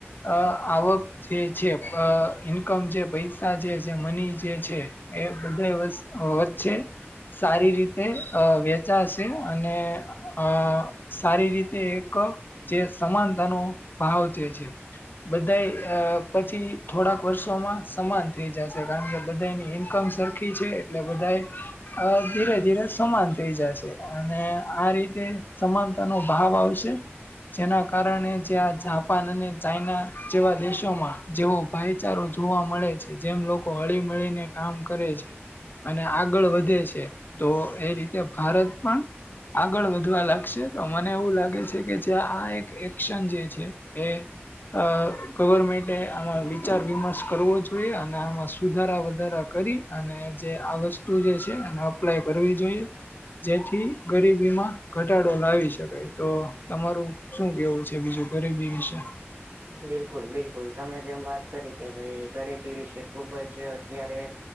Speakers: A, on the left; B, on the right.
A: અ આવક જે છે, અ ઈન્કમ જે પૈસા જે છે, જે મની જે છે. એ બધા વસ વચ્ચે સારી રીતે અ વેચાશે અને અ સારી રીતે એક જે સમાનતાનો ભાવ જે છે. બધા અ પછી થોડાક વર્ષોમાં સમાન થઈ જશે કારણ કે બધાની ઇન્કમ સર ખી છે એટલે બધા અ ધીરે ધીરે સમાન થઈ જાશે અને આ રીતે સમાન તેનો ભાવ આવશે જેના કારણે જ્યાં જાપાન અને ચાઈના જેવા દેશોમાં જેવો ભાઈચારો જોવા મળે છે જેમ લોકો હળી મળીને કામ કરે છે. અને આગળ વધે છે તો એ રીતે ભારત પણ આગળ વધવા લાગશે તો મને એવું લાગે છે કે જે આ એક એક્શન જે છે એ અ ગવર્મેન્ટે આમાં વિચાર વિમર્શ કરવો જોઈએ અને આમાં સુધારા વધારા કરી અને જે આ વસ્તુ જે છે એને અપ્લાય કરવી જોઈએ જેથી ગરીબીમાં ઘટાડો લાવીશ શકાય તો તમારું શું કેવું છે બીજું ગરીબી વિશે?
B: બિલકુલ બિલકુલ તમે જેમ વાત કરી કે ભાઈ ગરીબી વિશે ખુબ જ અત્યારે